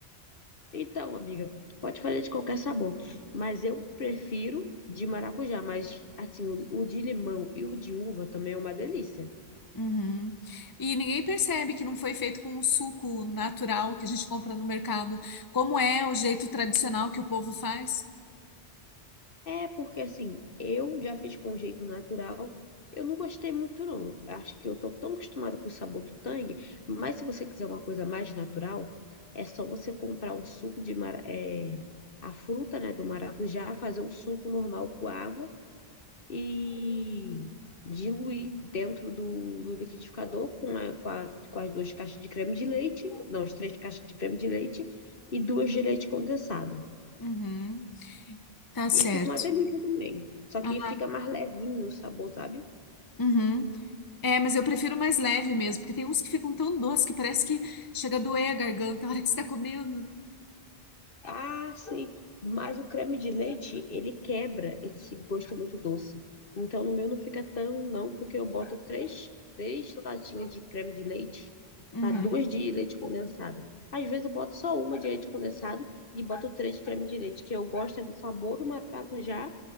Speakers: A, on the left; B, on the left.
A: Então, amiga, pode fazer de qualquer sabor. Mas eu prefiro de maracujá. Mas, assim, o, o de limão e o de uva também é uma delícia.
B: Uhum. E ninguém percebe que não foi feito com o suco natural que a gente compra no mercado, como é o jeito tradicional que o povo faz.
A: É, porque assim, eu já fiz com jeito natural. Eu não gostei muito, não. Acho que eu tô tão acostumada com o sabor do tangue, mas se você quiser uma coisa mais natural, é só você comprar o suco de mara, é, a fruta, né, do maracujá, fazer o suco normal com água e diluir dentro do, do liquidificador com, a- com, a- com as duas caixas de creme de leite, não, as três caixas de creme de leite e duas de leite condensado.
B: Uhum. Tá certo.
A: E fica uma delícia também. Só que
B: Ah,
A: fica mais levinho o sabor, sabe?
B: uhum. É, mas eu prefiro mais leve mesmo, porque tem uns que ficam tão doces que parece que chega a doer a garganta <laughs> na hora que você tá comendo.
A: Ah, sim. Mas o creme de leite, ele quebra esse gosto muito doce. Então, no meu não fica tão, não, porque eu boto três, três latinhas de creme de leite,
B: Uhum.
A: tá? Duas de leite condensado. Às vezes eu boto só uma de leite condensado e boto três de creme de leite, que eu gosto é do sabor do maracujá